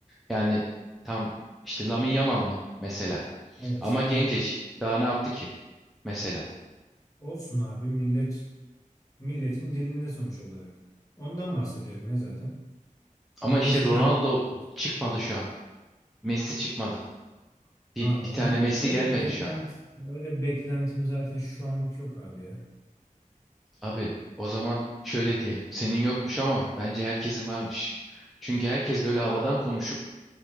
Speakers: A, in the centre; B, on the left.
A: Yani tam işte Lamine Yamal mı mesela?
B: Evet,
A: Ama gencecik.
B: aynen.
A: Daha ne yaptı ki mesela?
B: Olsun abi millet Milletin dilinde sonuç olarak. Ondan bahsediyorum ya zaten.
A: Ama
B: Milletin
A: işte Ronaldo
B: dilinde olması.
A: çıkmadı şu an. Messi çıkmadı. Bir,
B: Ha
A: bir
B: onu
A: tane Messi
B: öyle
A: gelmedi
B: beklent
A: şu an.
B: öyle beklentim zaten şu anlık yok abi ya.
A: Abi o zaman şöyle diyelim. Senin yokmuş ama bence herkesin varmış. Çünkü herkes böyle havadan konuşup